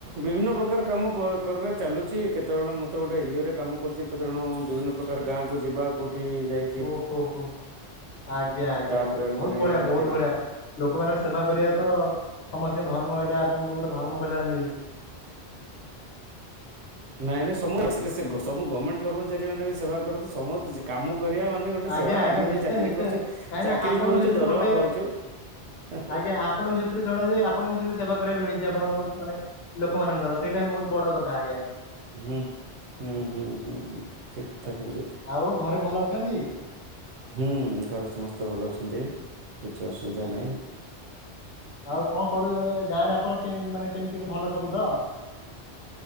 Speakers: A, on the right; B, on the left.
A: ବିଭିନ୍ନ ପ୍ରକାର କାମ କର କରରେ ଚାଲୁଚି କେତବେଳେ ମତେ ଗୋଟେ ଏନଜିଓ ରେ କାମ କରୁଚି ତ ତେଣୁ ବିଭିନ୍ନ ପ୍ରକାର ଗାଁକୁ ଯିବା କଉଠି ଯାଇ
B: ଓହୋ ହୋ ହୋ ଆଜ୍ଞା ଆଜ୍ଞା
A: ତାପରେ
B: ଆଜ୍ଞା ବହୁତ
A: ପୁଣି
B: ବଢ଼ିଆ ବହୁତ
A: ଫେ
B: ବଢ଼ିଆ। ଲୋକମାନଙ୍କ ସେବା କରିବା ତ ସମସ୍ତିଙ୍କ ଧର୍ମ ଏଇଟା ଆପଣଙ୍କୁ ଗୋଟେ ଧର୍ମ କଲ୍ୟାଣ ମିଳିଚି।
A: ନାଇଁ ନାଇଁ ସମୁ <unintelligible> ସବୁ ଗମେଣ୍ଟ କର୍ମଚାରୀ ମାନେ ବି ସେବା କରନ୍ତି ସମସ୍ତେ କାମ କରିବା ମା ମାନେ ଗୋଟେ
B: ଆଜ୍ଞା
A: ସେବା
B: ଆଜ୍ଞା
A: ଆମେ
B: ନିଶ୍ଚୟ
A: ବି ଚାକିରି
B: ନିଶ୍ଚୟ
A: କରୁଚୁ
B: କାହିଁକି
A: ଚାକିରୀ
B: ନା ଆପଣ
A: କରୁଚୁ
B: ବି ସେଥିରୁ
A: ଦରମା
B: ଗୋଟେ
A: ପାଉଚୁ ହୁଁ
B: ଆଜ୍ଞା
A: ହୁଁ।
B: ଆପଣ ବି ସେଥିରୁ ଜଣେ ଯେ ଆପଣଙ୍କୁ ବି ସେମିତି ସେବା କରିବାକୁ ମିଳିଚି ଆପଣଙ୍କ ମାନେ ଲୋକମାନଙ୍କର ସେଇଟା ହିଁ ବହୁତ ବଡ କଥା ଆଜ୍ଞା।
A: ହୁଁ ହୁଁ ହୁଁ ହୁଁ ଠିକ କଥା କୋଉଚ
B: ଆଉ ଘରେ ଭଲ ଅଛନ୍ତି?
A: ହୁଁ ଘରେ ସମସ୍ତେ ଭଲ ଅଛନ୍ତି କିଛି ଅସୁବିଧା
B: ଆଜ୍ଞା
A: ନାହିଁ।
B: ଆଉ କଣ କରୁଚ ଗାଁରେ ଆପଣ କେମ୍ ମାନେ କେମିତି କ ଭଲ ସବୁ ତ?